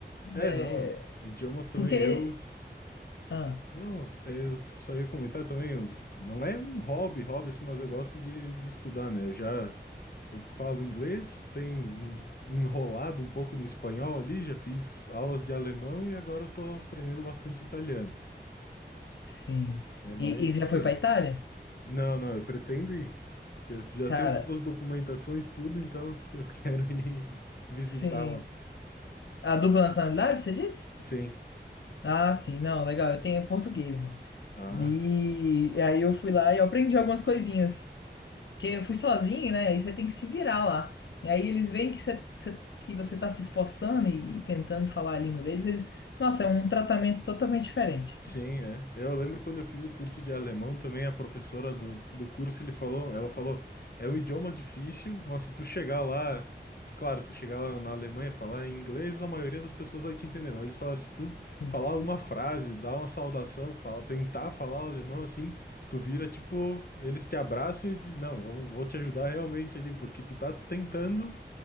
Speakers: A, on the left; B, on the left.
A: É,
B: É,
A: não, idiomas também
B: porque.
A: eu,
B: Ah,
A: não, é, eu só ia comentar também, eu, não é um hobby, hobby assim, mas eu gosto de, de estudar, né? Eu já Eu falo inglês, tenho um- enrolado um pouco no espanhol ali, já fiz aulas de alemão e agora eu tô aprendendo bastante italiano.
B: sim.
A: É mais
B: E, e
A: isso
B: você já foi
A: aí.
B: para Itália?
A: Não, não, eu pretendo ir. que Eu já
B: Cara,
A: tenho todas as documentações, tudo, então eu <laughs> quero ir visitar
B: sim.
A: lá.
B: A dupla nacionalidade, você disse?
A: Sim.
B: Ah, sim, não, legal. Eu tenho portuguesa.
A: Ah.
B: E aí eu fui lá e eu aprendi algumas coisinhas. Porque eu fui sozinho, né? E você tem que se virar lá. E aí eles veem que você, você- que você tá se esforçando e, e tentando falar a língua deles, eles. Nossa, é um tratamento totalmente diferente, assim.
A: Sim, é. É, Eu lembro quando eu fiz o curso de alemão também, a professora do, do curso, ele falou, ela falou, é um idioma difícil, mas se tu chegar lá, tipo, claro, tu chegar lá na Alemanha, falar em inglês, a maioria das pessoas vai te entender, mas eles falaram, se tu
B: Sim,
A: falar uma frase, dar uma saudação, fala, tentar falar o alemão assim, tu vira, tipo, eles te abraçam e dizem, não, vamos, vou te ajudar realmente ali, porque tu tá tentando